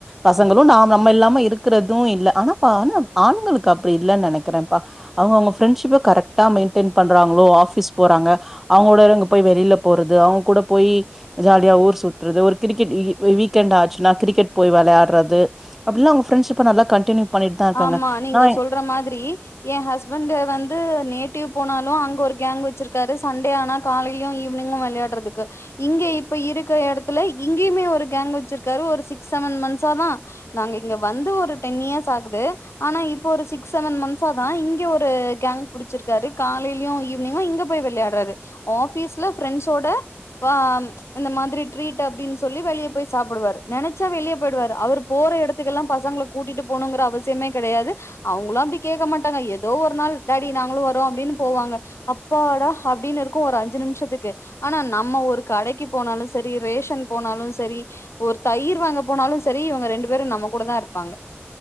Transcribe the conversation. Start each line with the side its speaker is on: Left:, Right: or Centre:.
Centre: பசங்களு நாம் நம்ம இல்லாம இருக்கறதூ இல்ல ஆனாப்பா ஆனா ஆண்களுக்கு அப்புடி இல்லன்னு நெனைக்கிறபா அவுங்க அவுங்க ஃப்ரெண்ஷிப்பை கரெக்டா மெய்ன்டய்ன் பண்றாங்களோ ஆஃபீஸ் போறாங்க அவுங்கூடறங் போய் வெளில போறது அவுங்க கூட போய் ஜாலியா ஊர் சுத்துறது ஒரு கிரிக்கெட் இ வீக்கெண்ட் ஆச்சுன்னா கிரிக்கெட் போய் வெளாட்றது அப்புல்லா அவுங்க ஃப்ரெண்டஷிப்ப நல்ல கண்டினியூ பண்ணிட்டு தா இருக்காங்க
Left: ஆமா நீங்க
Centre: நா
Left: சொல்ற மாதிரி எ ஹஸ்பண்ட் வந்து நேட்டிவ் போனாலு அங்க ஒரு கேங் வச்சிருக்காரு சண்டே ஆனா காலைலியு ஈவினிங்கு வெளயாட்றதுக்கு இங்க இப்ப இருக்குற எடத்துல இங்கேயுமே ஒரு கேங் வச்சிருக்காரு ஒரு சிக்ஸ் செவன் மன்ஸ்சாதா நாங்க இங்க வந்து ஒரு டென் இயர்ஸ் ஆகு து ஆனா இப்ப ஒரு சிக்ஸ் செவன் மன்ஸ்சா தா இங்க ஒரு கேங் புடிச்சிருக்காரு காலைலியு ஈவினிங்கு இங்க போய் விளையாட்றாரு ஆஃபீஸ்ல ஃபிரெண்ஸ்ஸோட வாம் இந்த மாதிரி ட்ரீட் அப்டின்னு சொல்லி வெளிய போய் சாப்புடுவாரு நெனைச்சா வெளியே போய்டுவாரு அவுரு போற எடத்துகெல்லா பசங்கள கூட்டிட்டு போனுங்கற அவசியமே கெடயாது அவுங்களு அப்டி கேட்க மாட்டாங்க எதோ ஒரு நாள் டாடி நாங்களு வரோ அப்டின்னு போவாங்க அப்பாடா அப்டின்னு இருக்கு ஒரு அஞ்சு நிமிஷத்துக்கு ஆனா நம்ம ஒரு கடைக்கு போனாலு சரி ரேஷன் போனாலு சரி ஒரு தயிர் வாங்க போனாலு சரி இவங்க ரெண்டு பேரு நம்ம கூட தா இருப்பாங்க